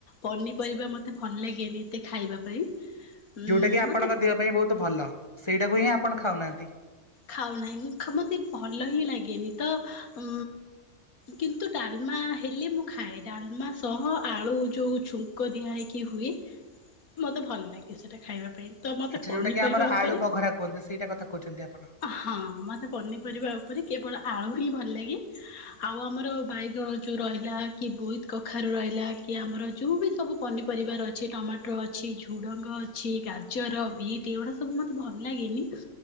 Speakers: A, on the left (about 70°); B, on the left (about 20°).
A: ପନିପରିବା ମତେ ଭଲ ଲାଗେନି ଏତେ ଖାଇବା ପାଇଁ। ଉଁ
B: ଯୋଉଟାକି ଆପଣଙ୍କ
A: ମତେ
B: ଦେହ ପାଇଁ ବହୁତ୍ ଭଲ ସେଇଟାକୁହିଁ ଆପଣ ଖାଉନାହାନ୍ତି।
A: ଖାଉ ନାହିଁ ମୁଁ ମତେ ଭଲହିଁ ଲାଗେନି ତ ଉ କିନ୍ତୁ ଡ଼ାଲମା ହେଲେ ମୁଖାଏ ଡ଼ାଲମା ସହ ଆଳୁ ଯଉ ଛୁ ଛୁଙ୍କ ଦିଆ ହେଇକି ହୁଏ ମତେ ଭଲ ଲାଗେ ସେଟା ଖାଇବା ପାଇଁ। ତ ମତେ
B: ଆଚ୍ଛା
A: ପନିପରିବା
B: ଯଉଟାକି ଆମର
A: ଉପରେ
B: ଆଳୁ ବଘରା କୁହନ୍ତି ସେଇଟା କଥା କହୁଛନ୍ତି ଆପଣ।
A: ହଁ ମତେ ପନିପରିବା ଉପରେ କେବଳ ଆଳୁହିଁ ଭଲ ଲାଗେ। ଆଉ ଆମର ବାଇଗଣ ଯୋଉ ରହିଲା କିବୋଇତ୍ କଖାରୁ ରହିଲା କିଆମର ଯୋଉବି ସବୁ ପନିପରିବାର ଅଛି ଟମାଟୋ ଅଛି ଝୁଡ଼ଙ୍ଗ ଅଛି ଗାଜର ବିଟ୍ ଏଗୁଡ଼ା ସବୁ ଏସବୁ ମୋତେ ଭଲ ଲାଗେନି